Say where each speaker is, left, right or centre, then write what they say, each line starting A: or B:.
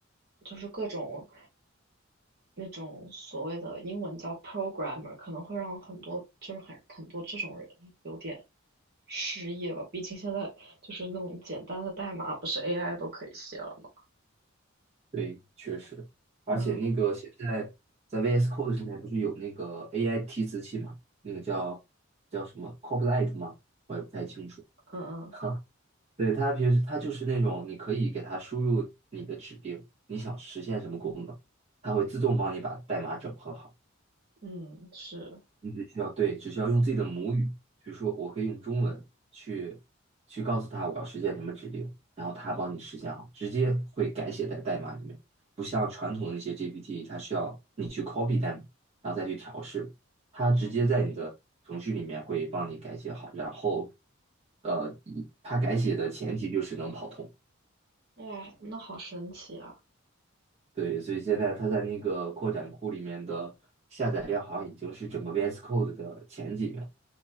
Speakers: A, on the right; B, on the right.
A: 就是各种那种所谓的英文叫 programmer，可能会让很多就是很很多这种人有点失业吧。毕竟现在就是那种简单的代码，不是 AI 都可以写了吗？
B: 对，确实，而且那个现在在
A: 嗯
B: VS Code 上面不是有那个 AI 提词器嘛，那个叫叫什么 Copilot 吗？我也不太清楚。
A: 嗯
B: <laughs> 哈，对，它平时它就是那种你可以给它输入你的指令，你想实现什么功能，它会自动帮你把代码整合好。
A: 嗯嗯，是，
B: 你只需要对，只需要用自己的母语，比如说我可以用中文去去告诉他我要实现什么指令，然后他帮你实现好，直接会改写在代码里面，不像传统的那些 GPT，它需要你去 copy 代码，然后再去调试，它直接在你的程序里面会帮你改写好，
A: 嗯，
B: 然后呃，一它改写的前提就是能跑通。
A: 哇，那好神奇啊！
B: 对，所以现在它在那个扩展库里面的下载量好像已经是整个 VS Code 的前几名，